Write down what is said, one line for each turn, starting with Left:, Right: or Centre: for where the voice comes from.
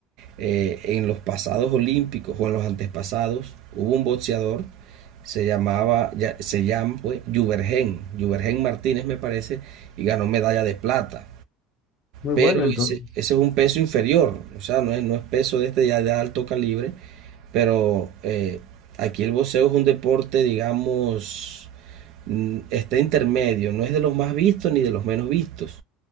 Right: eh, en los pasados olímpicos o en los antepasados hubo un boxeador, se llamaba, ya, se llama pues Juvergen, Juvergen Martínez me parece, y ganó medalla de plata.
Left: Muy
Right: Pero
Left: bueno, entonces.
Right: ese, ese es un peso inferior, o sea, no es, no es peso de este ya de alto calibre, pero eh, aquí el boxeo es un deporte, digamos, mm, está intermedio, no es de los más vistos ni de los menos vistos